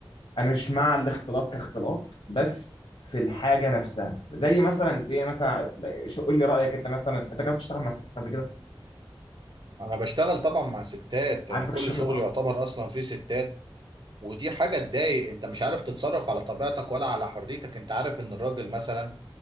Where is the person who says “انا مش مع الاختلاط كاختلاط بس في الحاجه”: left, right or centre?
Left